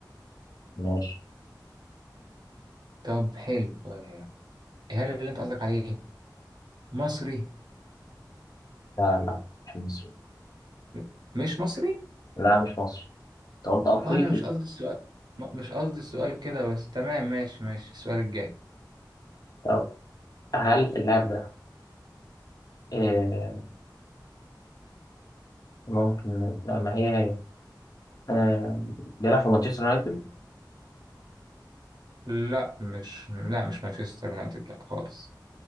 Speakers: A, on the left; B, on the right.
A: ماشي
B: طب حلو آه، هل اللي أنت قصدك عليه مصري
A: لا لا مش مصري
B: م- مش مصري؟
A: لا مش مصري انت قلت افريقي
B: أه أنا مش قصدي السؤال م- مش قصدي السؤال كده بس تمام ماشي ماشي السؤال الجاي
A: طب هل اللاعب ده آه، ممكن لا ما هي هي آه، بيلعب في مانشستر يونايتد
B: لا مش لا مش مانشستر يونايتد لا خالص